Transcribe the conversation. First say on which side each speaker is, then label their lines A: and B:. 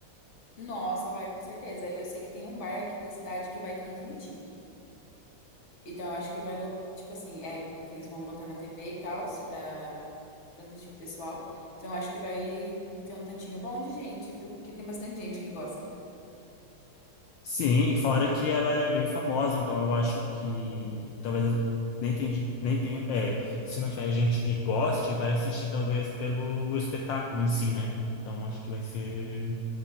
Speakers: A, on the left; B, on the left.
A: Nossa, vai, com certeza. Eu sei que tem um bar aqui da cidade que vai transmitir. Então, eu acho que vai, lo- tipo assim, é que eles vão botar na TV e tal, pra transmitir pro pessoal. Então, eu acho que vai ter um tantinho bom de gente, viu? Porque tem bastante gente que gosta.
B: Sim, e fora que ela é bem famosa, então eu acho que talvez nem tem, ge- nem tenha, é, se não tiver gente que goste, vai assistir talvez pelo espetáculo em si, né? Então acho que vai ser,